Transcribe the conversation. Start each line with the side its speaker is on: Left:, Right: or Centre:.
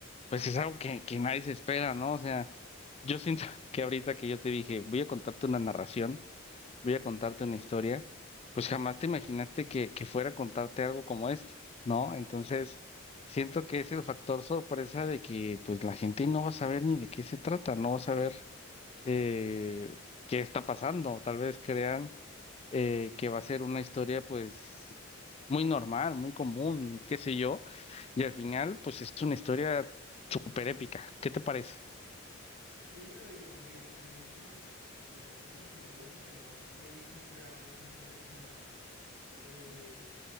Left: pues, es algo que, que nadie se espera, ¿no? O sea, yo siento <laughs> que ahorita que yo te dije, voy a contarte una narración voy a contarte una historia, pues jamás te imaginaste que, que fuera a contarte algo como esto, ¿no? Entonces, siento que es el factor sorpresa de que pues la gente no va a saber ni de qué se trata, no va a saber eh, qué está pasando. Tal vez crean eh, que va a ser una historia pues muy normal, muy común, qué sé yo, y al final pues es una historia súper épica. ¿Qué te parece?
Right: Sí, de, de, de hecho, me dejaste sorprendido porque no creí que fuera una historia tan, eh,